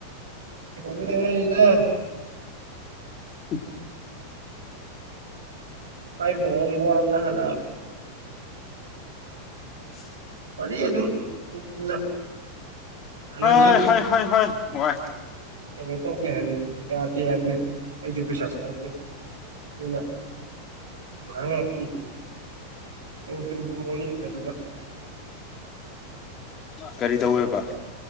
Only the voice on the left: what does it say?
ꯎ
<unintelligible>
ꯍꯣꯏ ꯍꯣꯏ ꯍꯣꯏ ꯍꯣꯏ ꯍꯥꯏ
ꯀꯔꯤ ꯇꯧꯋꯦꯕ